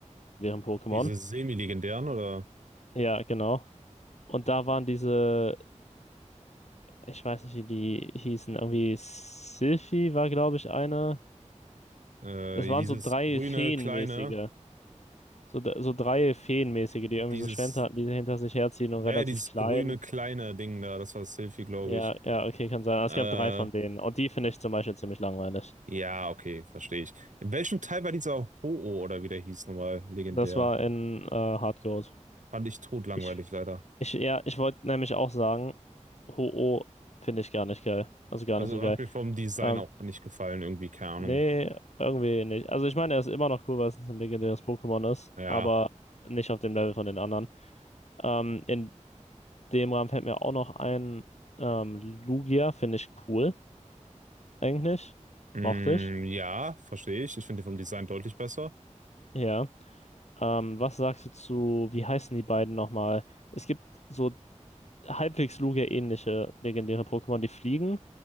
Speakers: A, on the left; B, on the right.
A: Pokémon.
B: diese semi-legendären oder
A: Ja, genau. Und da waren diese, ich weiß nicht, wie die hießen, irgendwie Sylphie war, glaube ich, eine.
B: äh,
A: Das waren
B: dieses
A: so drei
B: grüne,
A: Feenmäßige.
B: kleine,
A: So, d- so drei Feenmäßige, die irgendwie
B: dieses
A: so Schwänze hatten, die hinter sich herziehen und
B: Ja,
A: relativ
B: ja, dieses
A: klein.
B: grüne kleine Ding da, das war Sylphie, glaube
A: Ja,
B: ich.
A: ja, okay, kann sein. Es
B: Äh,
A: gab drei von denen. Und die finde ich zum Beispiel ziemlich langweilig.
B: ja, okay, verstehe ich. In welchem Teil war dieser Ho-Oh oder wie der hieß nochmal legendär?
A: Das war in äh, Hard Gold.
B: Fand ich totlangweilig
A: Ich,
B: leider.
A: ich, ja, ich wollte nämlich auch sagen, Ho-Oh finde ich gar nicht geil. Also gar
B: Also
A: nicht so geil.
B: hat mir vom Design
A: Ähm,
B: auch nicht gefallen, irgendwie, keine Ahnung.
A: nee, irgendwie nicht. Also ich meine, er ist immer noch cool, weil es ein legendäres Pokémon ist,
B: Ja,
A: aber nicht auf dem Level von den anderen. Ähm, in dem Rahmen fällt mir auch noch ein ähm, Lugia, finde ich cool, eigentlich.
B: mm,
A: Mochte ich.
B: ja, verstehe ich. Ich finde den vom Design deutlich besser.
A: Ja. Ähm, was sagst du zu, wie heißen die beiden nochmal? Es gibt so halbwegs Lugia-ähnliche legendäre Pokémon, die fliegen